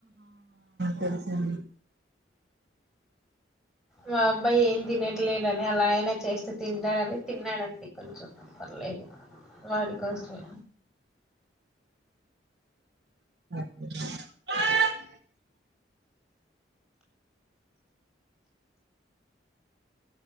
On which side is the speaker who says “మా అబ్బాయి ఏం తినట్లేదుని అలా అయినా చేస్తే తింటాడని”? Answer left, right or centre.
Centre